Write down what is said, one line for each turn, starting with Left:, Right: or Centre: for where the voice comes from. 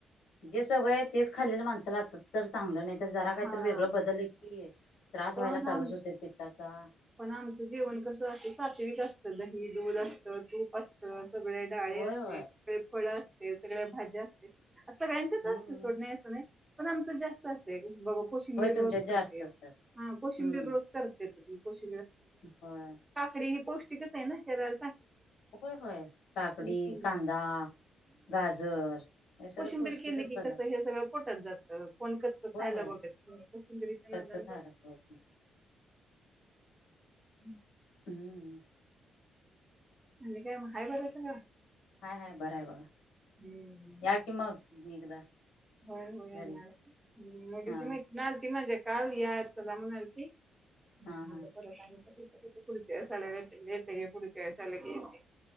Left: जे सवय आहे तेच खाल्लेलं माणस <unintelligible> चांगलं नाही तर जरा
Right: हा
Left: काही तर वेगळं बदल की त्रास
Right: पण
Left: व्हायला चालूच
Right: आम
Left: होतोय पित्ताचा. दा
Right: पण आमचं जेवण कसं अस सात्विक असतं. दही दूध असतं, तूप असतं. सगळे डाळी
Left: होय
Right: असतेत,
Left: होय
Right: सगळे फळ असं वेगवेगळ्या भाज्या असतेत ते आता सगळ्यांच्यातच
Left: हम्म
Right: असतात सोड नाही असं नाही. पण आमचं जास्त असतात. <unintelligible> बघ कोशिंबीर
Left: होय तुमच्यात
Right: रोज
Left: जास्त
Right: करतेत,
Left: असतात
Right: हं कोशिंबीर
Left: हम्म
Right: रोज करतेत. <inaudible>
Left: होय
Right: काकडी ही पौष्ट पौष्टिकच आहे ना शरीरा
Left: होय, होय काकडी,
Right: हम्म.
Left: कांदा, गाजर हे सगळं
Right: कोशिंबिरी
Left: पौष्टिकच
Right: केली की
Left: पदार्थ
Right: कसं हे सगळं पोटात जात. कोण कस
Left: होय
Right: खायला
Left: होय
Right: बघत नाही. कोशिंबरीच्या
Left: कच्च
Right: नादान
Left: खायला
Right: जा
Left: पाहिजे.
Right: <unintelligible>
Left: हम्म.
Right: आणि काय मग हाय बरं सगळं?
Left: हाय, हाय बर आहे बघा.
Right: हम्म.
Left: या कि मग आणि एकदा.
Right: होय, होय येणार.
Left: घरी
Right: <unintelligible>
Left: हा
Right: माझ्या काल या चला म्हणालती. मग
Left: हा
Right: म्हंटल
Left: हा
Right: परत आणि तर पुढच्या वेळेस आले की येते, पुढच्या वेळेस आले की येते.